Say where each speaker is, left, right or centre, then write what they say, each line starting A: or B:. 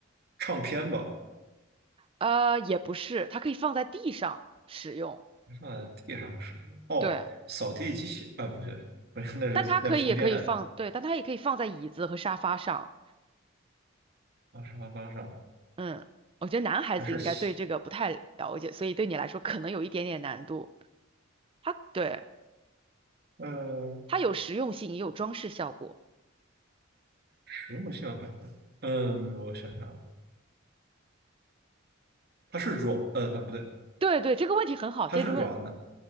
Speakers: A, on the right; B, on the right.
A: 唱片吧？
B: 呃，也不是，它可以放在地上使用，
A: 放在地上是哦，
B: 对，
A: 扫地机器啊，不对，不是，那是那是充电的，
B: 但它可以也可以放，对，但它也可以放在椅子和沙发上。
A: 啊，沙发上
B: 嗯，我觉得男孩子应该对这个不太了解，
A: 还是洗
B: 所以对你来说可能有一点点难度。它对，
A: 呃。
B: 它有实用性，也有装饰效果。
A: 实用性，我想想看，嗯，我想想啊，它是软，呃，它不对，
B: 对对，这个问题很好，
A: 它是软的，
B: 接着问。